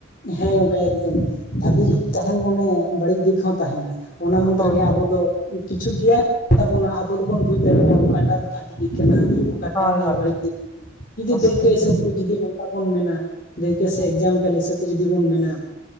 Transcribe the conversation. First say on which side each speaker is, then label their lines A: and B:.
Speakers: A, on the left; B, on the left.
A: ᱦᱮᱸ ᱜᱚᱝᱠᱮ ᱮᱠᱫᱚᱢ ᱵᱷᱹᱟᱜᱤ ᱫᱤᱠ ᱛᱟᱦᱮᱱ ᱢᱟᱱᱮ ᱵᱟᱹᱲᱤᱡ ᱫᱤᱠ ᱦᱚᱸ ᱛᱟᱦᱮᱱᱟ ᱾ ᱚᱱᱟ ᱢᱩᱫᱽ
B: ᱦᱳᱭ
A: ᱨᱮᱜᱮ ᱟᱵᱚ ᱫᱚ ᱠᱤᱪᱷᱩ ᱜᱮᱭᱟᱱ ᱛᱟᱵᱚᱱᱟ ᱟᱵᱚ ᱫᱚᱵᱚᱱ ᱵᱩᱡᱽ ᱫᱟᱲᱮᱭᱟᱜ-ᱟ ᱚᱠᱟᱴᱟᱜ ᱫᱚ ᱵᱷᱹᱟᱜᱤ ᱫᱤᱠ ᱠᱟᱱᱟ ᱚᱠᱟᱴᱟᱜ
B: ᱦᱳᱭ
A: ᱫᱚ
B: ᱦᱳᱭ
A: ᱵᱟᱹᱲᱤᱡ ᱫᱤᱠᱟᱹ ᱡᱩᱫᱤ
B: ᱚᱵᱚᱥᱥᱳᱭ
A: ᱫᱟᱹᱭᱠᱟᱹ ᱦᱤᱥᱟᱹᱵ
B: ᱤᱧ
A: ᱛᱮ ᱡᱩᱫᱤ ᱱᱚᱝᱠᱟ ᱵᱚᱱ ᱢᱮᱱᱟ ᱫᱟᱹᱭᱠᱟᱹ ᱥᱮ
B: ᱦᱮᱸ
A: ᱮᱠᱡᱟᱢᱯᱮᱞ ᱦᱤᱥᱟᱹᱵ ᱛᱮ ᱡᱩᱫᱤ ᱵᱚᱱ ᱢᱮᱱᱟ